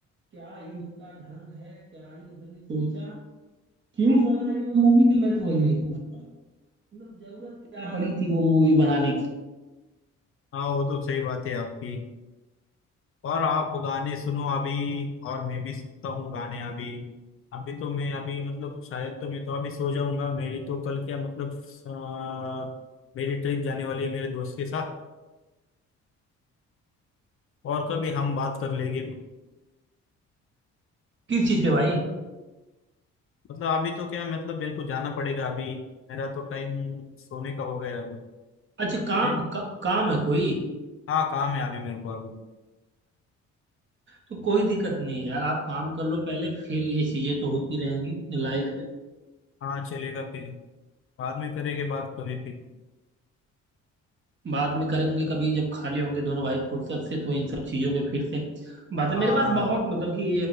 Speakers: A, on the right; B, on the left.
A: क्या ही उसका ढंग है क्या ही उसने सोचा क्यों बनाई वो मूवी मैं तो वही नहीं समझ पा रहा हूँ। मतलब जरूरत क्या पड़ी थी वो मूवी बनाने की
B: हाँ वो तो सही बात है आपकी और आप गाने सुनो अभी और मैं भी सुनता हूँ गाने अभी अभी तो मैं अभी मतलब शायद तो मैं तो अभी सो जाऊंगा मेरी तो कल क्या मतलब अ, मेरी ट्रिप जाने वाली है मेरे दोस्त के साथ और कभी हम बात कर लेंगे भी
A: किस चीज पे भाई
B: मतलब अभी तो क्या मतलब मेरे को जाना पड़ेगा अभी मेरा तो टाइम सोने का हो गया अभी
A: अच्छा काम
B: हैं?
A: का, काम है कोई
B: हाँ काम है अभी मेरे को अभी
A: तो कोई दिक्कत नहीं है यार आप काम कर लो पहले फिर ये चीजें तो होती रहेंगी लाइफ है
B: हाँ चलेगा फिर बाद में करेंगे बात कभी फिर
A: बाद में करेंगे कभी जब खाली होंगे दोनों भाई फुर्सत से तो इन सब चीजों पे फिर से बातें
B: हाँ
A: मेरे पास बहुत मतलब कि